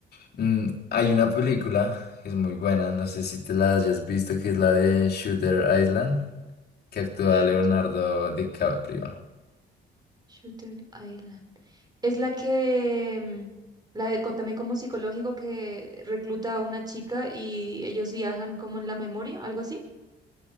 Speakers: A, on the left; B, on the right.
A: Mm, hay una película que es muy buena, no sé si te la hayas visto, que es la de Shooter Island, que actúa
B: Shooter,
A: Leonardo DiCaprio.
B: Shooter Island. Es la que, mm, la de co- también como psicológico que recluta a una chica y ellos viajan como en la memoria, algo así.